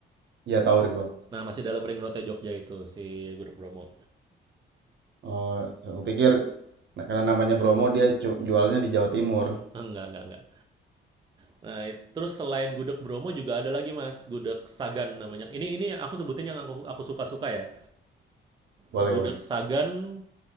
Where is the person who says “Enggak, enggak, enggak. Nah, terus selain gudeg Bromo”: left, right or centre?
Right